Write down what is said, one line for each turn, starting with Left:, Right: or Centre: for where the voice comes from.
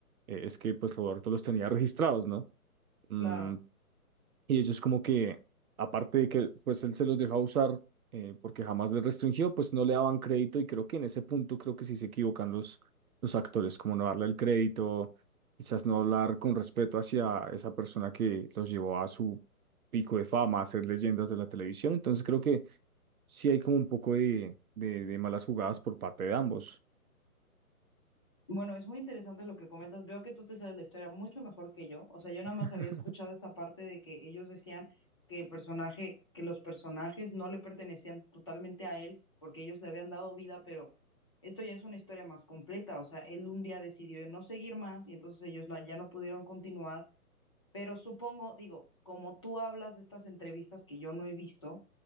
Right: eh, es que pues Roberto los tenía registrados, ¿no? Mm,
Left: claro.
Right: y ellos como que, aparte de que pues él se los deja usar eh, porque jamás les restringió, pues no le daban crédito y creo que en ese punto creo que sí se equivocan los, los actores, como no darle el crédito, quizás no hablar con respeto hacia esa persona que los llevó a su pico de fama, a ser leyendas de la televisión. Entonces creo que sí hay como un poco de, de, de malas jugadas por parte de ambos.
Left: Bueno, es muy interesante lo que comentas. Veo que tú te sabes la historia mucho mejor que yo. O sea, yo nada
Right: <laughs>
Left: más había escuchado esa parte de que ellos decían que el personaje, que los personajes no le pertenecían totalmente a él porque ellos le habían dado vida, pero esto ya es una historia más completa. O sea, él un día decidió no seguir más y entonces ellos no- ya no pudieron continuar Pero supongo, digo, como tú hablas de estas entrevistas que yo no he visto,